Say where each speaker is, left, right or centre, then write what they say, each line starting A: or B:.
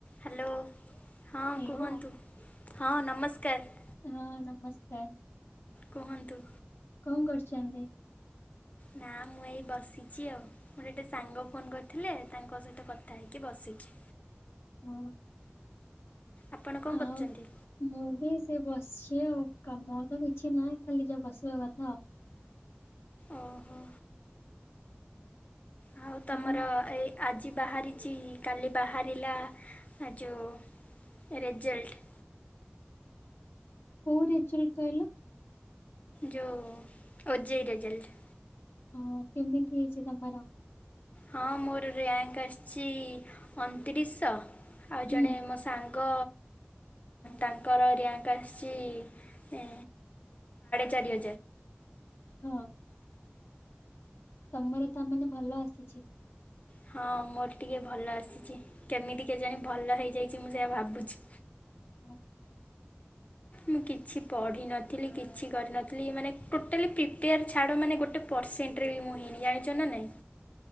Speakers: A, on the left; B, on the left.
A: Hello ହଁ
B: hello
A: କୁହନ୍ତୁ। ହଁ ନମସ୍କାର।
B: ହଁ ନମସ୍କାର।
A: କୁହନ୍ତୁ।
B: କଣ କରୁଛନ୍ତି?
A: ନା ମୁଁ ଏଇ ବସିଛି ଆଉ ମୋର ଗଟେ ସାଙ୍ଗ ଫୋନ୍ କରିଥିଲେ ତାଙ୍କ ସହିତ କଥା ହେଇକି ବସିଛି।
B: ହଁ
A: ଆପଣ କଣ
B: ଆଉ
A: କରୁଛନ୍ତି?
B: ମୁଁ ବି ସେ ବସିଛି। କିଏ ଆଉ କାମ ତ କିଛି ନାହିଁ ଖାଲି ଯା ବସିବା କଥା ଆଉ।
A: ଓ ହୋ ହଉ ତମର
B: ଆଉ
A: ଏଇ ଆଜି ବାହାରିଛି କାଲି ବାହାରିଲା ଯେଉଁ ରେଜଲ୍ଟ।
B: କଉରି ଚଳ ଖହଲ।
A: ଯେଉ ଅଜେଇ ରେଜଲ୍ଟ।
B: ହଁ କେମିତି ହେଇଛି ତମର?
A: ହଁ ମୋର ର୍ୟାଙ୍କ ଆସିଛି ଅଣତିରିଶଶହ। ଆଉ
B: ହୁଁ
A: ଜଣେ ମୋ ସାଙ୍ଗ ତାଙ୍କର ର୍ୟାଙ୍କ ଆସିଛିଢ଼େ ଚାରି
B: ହଁ ତମର ତା ମାନେ ଭଲ ଆସିଛି।
A: ହଁ ମୋର ଟିକେ ଭଲ ଆସିଛି କେମିତି କେଜାଣି ଭଲ ହେଇଯାଇଛି ମୁଁ ସେଆ ଭାବୁଛି।
B: ଓ ହୋ
A: ମୁଁ କିଛି ପଢ଼ିନଥିଲି କିଛି କରିନଥିଲି ମାନେ ଟୋଟାଲି ପ୍ରିପେୟାର ଛାଡ଼ ମାନେ ଗୋଟେ ପରର୍ସେଣ୍ଟରେ ବି ମୁଁ ହେଇନି ଜାଣିଛ ନା ନାଇଁ